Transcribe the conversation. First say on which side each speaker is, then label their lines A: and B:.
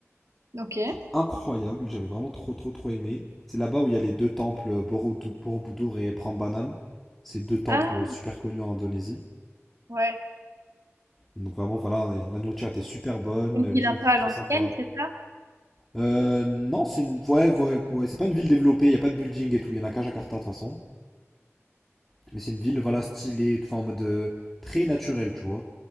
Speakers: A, on the right; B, in the centre.
A: Ok.
B: qui est incroyable. J'avais vraiment trop, trop, trop aimé. C'est là-bas où il y a les deux temples, Borobudu- Borobudur et Prambanan. C'est deux temples
A: Ah
B: super connus en Indonésie.
A: ouais,
B: Donc, vraiment, voilà, la nourriture était super bonne,
A: une
B: les
A: ville
B: gens
A: un
B: étaient
A: peu à
B: trop
A: l'ancienne,
B: sympas.
A: c'est ça?
B: Euh, non, c'est une, ouais, ouais, ouais, c'est pas une ville développée, il y a pas de building et tout, il y en a qu'à Jakarta de toute façon. Mais c'est une ville, voilà, stylée, enfin, en mode euh, très naturel, tu vois.